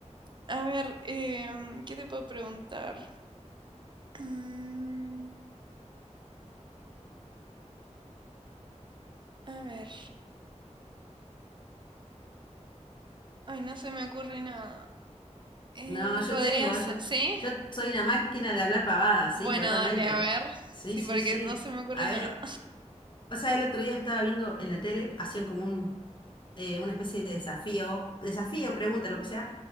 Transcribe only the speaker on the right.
A ver, em, ¿qué te puedo preguntar? Mm, a ver, ay, no se me ocurre nada. Eh,
¿podría
ser?
¿Sí?
Bueno,
dale, a ver. Sí,
porque
no se me ocurre
nada.